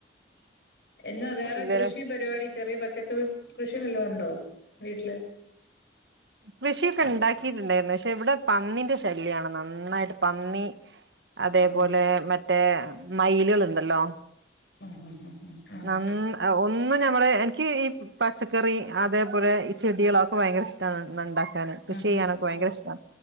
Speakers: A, on the left (about 60°); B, on the right (about 70°).
A: എന്നാ വേറെ
B: ഇവരെ
A: ക്രിഷീം പരിപാടീം ചെറിയ പച്ചക്കറി കൃഷി വല്ലോം ഒണ്ടോ വീട്ടില്
B: കൃഷിയൊക്കെ ഇണ്ടാക്കിയിട്ടുണ്ടായിരുന്നു പക്ഷെ ഇവിടെ പന്നീന്റെ ശല്യാണ് നന്നായിട്ട് പന്നി അതേ
A: ആഹ്
B: പോലെ മറ്റേ മയിലുകളുണ്ടല്ലോ
A: ആഹ് ആഹ് ആഹ്
B: നന്ന ആഹ് ഒന്നും ഞമ്മള് എനിക്ക് ഈ പച്ചക്കറി അതേ പോലെ ഈ ചെടികളൊക്കെ ഭയങ്കര ഇഷ് ട്ടാണ് ന്ന് ഒണ്ടാക്കാന് കൃഷി
A: ആഹ്
B: ചെയ്യാനൊക്കെ
A: ആഹ്
B: ഭയങ്കര ഇഷ്ടാണ്